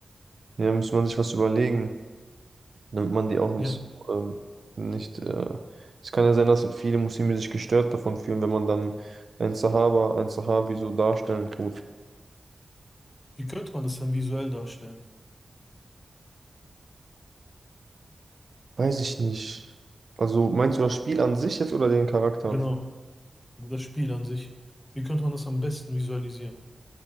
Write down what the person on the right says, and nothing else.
ja, müsste man sich was überlegen, damit man die auch nicht
so, ähm, nicht, äh, es kann ja sein, dass viele Muslime sich gestört davon fühlen, wenn man dann ein Sahaba, ein Sahabi so darstellen tut.
Weiß ich nicht. Also, meinst du das Spiel an sich jetzt oder den Charakter?